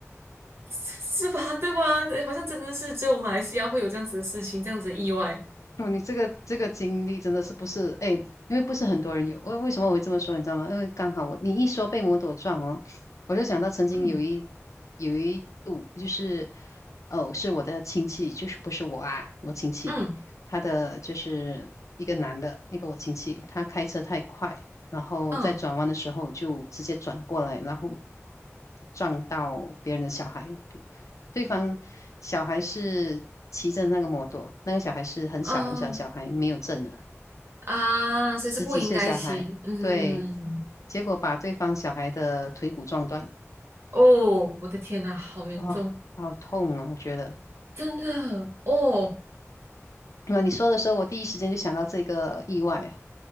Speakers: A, on the right; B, on the left.
A: <laughs> 是吧？对吧？好像真的是只有马来西亚会有这样子的事情，这样子的意外。
B: 哦，你这个这个经历真的是不是哎，因为不是很多人有。为为什么我会这么说，你知道吗？因为刚好我你一说被摩托撞哦，我就想到曾经有一
A: 嗯
B: 有一度就是哦，是我的亲戚，就是不是我啊，我亲戚，
A: 嗯
B: 他的就是一个男的，那个我亲戚，他开车太快，然后在转弯的时候就直接转过来，
A: 嗯
B: 然后撞到别人的小孩，对方小孩是骑着那个摩托，那个小孩是很小很小的小孩，
A: 嗯
B: 没有证的，
A: 啊，所以是不应该骑。
B: 十几岁小孩，
A: 嗯，
B: 对，结果把对方小孩的腿骨撞断，
A: 哦，我的天呐，好严重，
B: 哇、好痛啊！我觉得，
A: 真的哦，
B: 那你说的时候，我第一时间就想到这个意外啊，